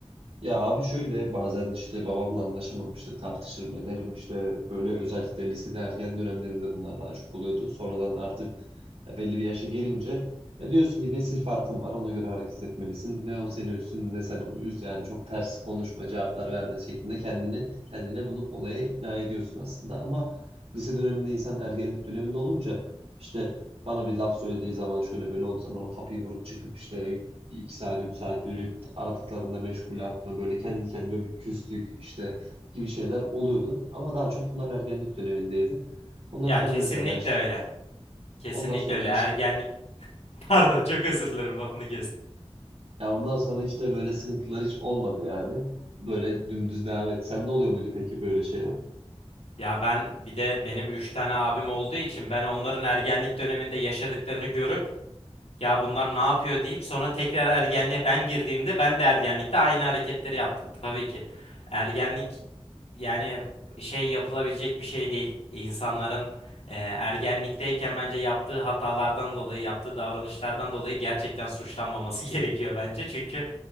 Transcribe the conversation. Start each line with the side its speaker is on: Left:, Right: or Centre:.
Right: Ya abi şöyle bazen işte babamla anlaşamam işte tartışırım ederim işte böyle özellikle lisede ergen dönemlerinde bunlar daha çok oluyordu. Sonradan artık ya belli bir yaşa gelince ya diyorsun ki nesil farkın var ona göre hareket etmelisin. Ne o seni üstün ne sen onu üz yani çok ters konuşma cevaplar verme şeklinde kendini kendine bunu olaya ikna ediyorsun aslında. Ama lise döneminde insan ergenlik döneminde olunca işte bana bir laf söylediği zaman şöyle böyle olduğu zaman o kapıyı vurup çıkıp işte iki saat, üç saat yürüyüp aradıklarında meşgule atma, böyle kendi kendime bir küslük işte gibi şeyler oluyordu. Ama daha çok bunlar ergenlik dönemindeydi. Ondan
Left: Ya
Right: sonra
Left: kesinlikle
Right: mesela işte,
Left: öyle. Kesinlikle
Right: ondan sonra
Left: öyle. Ergenlik.
Right: işte,
Left: <laughs> Pardon, çok özür dilerim lafını kestim.
Right: ya ondan sonra işte böyle sıkıntılar hiç olmadı yani. Böyle dümdüz devam etti. Sende oluyor muydu peki böyle şeyler?
Left: Ya ben bir de benim üç tane abim olduğu için ben onların ergenlik döneminde yaşadıklarını görüp ya bunlar ne yapıyor deyip sonra tekrar ergenliğe ben girdiğimde ben de ergenlikte aynı hareketleri yaptım tabii ki. Ergenlik yani şey yapılabilecek bir şey değil. E, İnsanların e, ergenlikteyken bence yaptığı hatalardan dolayı, yaptığı davranışlardan dolayı gerçekten suçlanmaması <laughs> gerekiyor bence. Çünkü